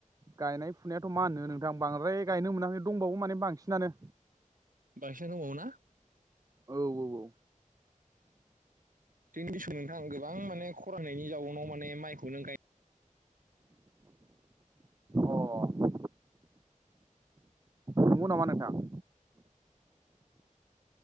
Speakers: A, on the right; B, on the right.
A: गायनाय फुनायाथ' मा होनो नोंथां बांद्राय गायनो मोनाखै दंबावो माने बांसिनानो
B: बांसिन दंबावोना?
A: औ औ औ।
B: जोंनि बिसु नोंथाङा गोबां माने खरनायनि जाउनाव माने माइखौनो गायनो
A: औ अ नोंगौ नामा नोंथां?